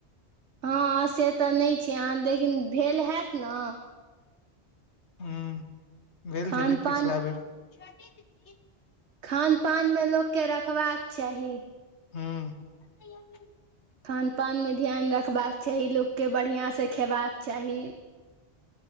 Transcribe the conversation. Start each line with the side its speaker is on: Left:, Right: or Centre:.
Right: हँ से तऽ नै छै अहाँ लेकिन भेल हायत न।
Left: ह भेल
Right: खान
Left: छलै पिछला
Right: पान
Left: बेर छोटी दीदी।
Right: खानपानमे लोककेँ रखबाक चाही।
Left: हँ। <unintelligible>
Right: खानपानमे ध्यान रखबाक चाही लोककेँ बढ़िआँसे खेबाक चाही।